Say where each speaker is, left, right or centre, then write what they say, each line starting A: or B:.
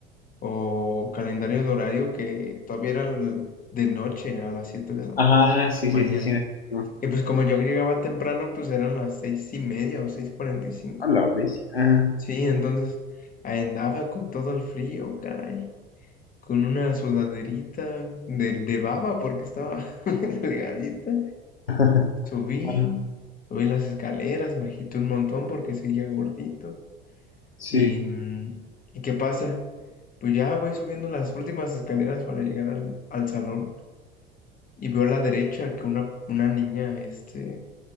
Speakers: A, on the left; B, on the left.
A: o calendario de horario que todavía era l- de noche, a las 7 de la
B: Ajá, sí,
A: mañana.
B: sí, sí, sí. me acuerdo.
A: Y pues como yo llegaba temprano, pues eran las seis y media o seis cuarenta y cinco
B: A la bestia. Ajá.
A: Sí, entonces ahí andaba con todo el frío, caray, con una sudaderita de, de baba porque estaba <laughs> bien delgadita.
B: <laughs>
A: Subí,
B: Ajá.
A: subí las escaleras, me agité un montón porque seguía gordito.
B: Sí,
A: Y, mm, ¿y qué pasa? Pues ya voy subiendo las últimas escaleras para llegar al, al salón y veo a la derecha que una, una niña, este,